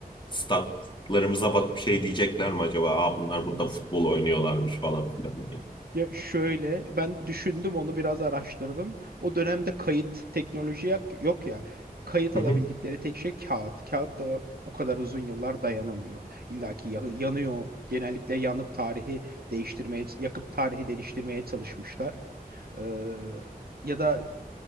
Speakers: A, on the left; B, on the right.
A: statlarımıza bakıp şey diyecekler mi acaba? Aa bunlar
B: Burada
A: burada
B: nasıl?
A: futbol oynuyorlarmış falan filan diye.
B: Ya şöyle, ben düşündüm onu biraz araştırdım. O dönemde kayıt teknoloji yak- yok ya. Kayıt
A: Hı
B: alabildikleri
A: hı.
B: tek şey kağıt. Kağıt da o kadar uzun yıllar dayanamıyor. İlla ki ya- yanıyor. Genellikle yanıp tarihi değiştirmeye, yakıp tarihi değiştirmeye çalışmışlar. Ee, ya da